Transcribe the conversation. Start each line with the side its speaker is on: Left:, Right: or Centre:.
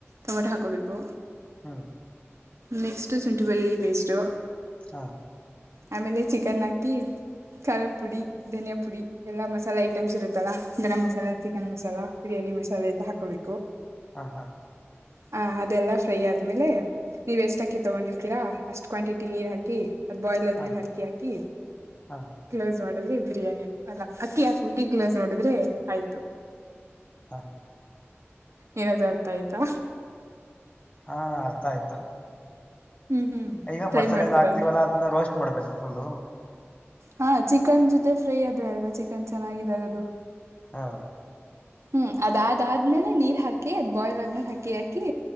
Right: ಟೊಮೊಟೊ ಹಾಕೋಬೇಕು
Left: ಹೂ
Right: ನೆಕ್ಸ್ಟ್ ಶುಂಠಿ ಬೆಳ್ಳಿ ಪೇಸ್ಟು
Left: ಹಾ
Right: ಆಮೇಲೆ ಚಿಕನ್ ಹಾಕಿ ಖಾರ ಪುಡಿ ಧನಿಯಾ ಪುಡಿ ಎಲ್ಲಾ ಮಸಾಲೆ ಇ ಐಟಮ್ಸ್ ಇರುತ್ತಲ್ಲಾ ಗರಂ ಮಸಾಲ ಚಿಕನ್ ಮಸಾಲ ಬಿರಿಯಾನಿ ಮಸಾಲೆ ಎಲ್ಲ ಹಾಕೋಬೇಕು
Left: ಹಾ ಹಾ
Right: ಹ ಅದೆಲ್ಲ ಫ್ರೈ ಆದ್ಮೇಲೆ ನೀವ ಎಷ್ಟ ಹಾಕಿ ತೊಗೊಂಡಿರ್ತೀರಾ ಅಷ್ಟ್ ಕ್ವಾಂಟಿಟಿ ನೀರ್ ಹಾಕಿ ಅದ್ ಬಾಯ್ಲ್ ಆದ್ಮೇಲೆ
Left: ಹಾ
Right: ಅಕ್ಕಿ ಹಾಕಿ
Left: ಹಾ
Right: ಕ್ಲೋಸ್ ಮಾಡಿದ್ರೆ ಬಿರಿಯಾನಿ ಅಲ್ಲ ಅಕ್ಕಿ ಹಾಕಟ್ಟ ಕ್ಲೇಸ್ ನೋಡಿದ್ರೆ ಆಯ್ತು
Left: ಹಾ
Right: ಏನಾದ್ರು ಅರ್ಥ ಆಯ್ತಾ
Left: ಹಾ ಅರ್ಥ ಆಯ್ತು
Right: ಹ್ಮ್ ಹ್ಮ್
Left: ಈಗ
Right: ಟ್ರೈ
Left: ಮಸಾಲೆ
Right: ಮಾಡ್ತೀರಾ
Left: ಎಲ್ಲ ಆಗ್ತಿವಲ್ಲಾ ಅದನ್ನ ರೋಸ್ಟ್ ಮಾಡ್ಬೇಕ ಫುಲ್ಲ
Right: ಹಾ ಚಿಕನ್ ಜೊತೆ ಫ್ರೈ ಆದ್ರೆ ಅಲ್ವಾ ಚಿಕನ್ ಚೆನ್ನಾಗಿದಾಗದು
Left: ಹಾ
Right: ಹೂ ಅದ್ ಆದಾದ್ಮೇಲೆ ನೀರ್ ಹಾಕಿ ಅದ್ ಬಾಯ್ಲ್ ಆದ್ಮೇಲೆ ಹಾಕಿ ಯಾಕಿ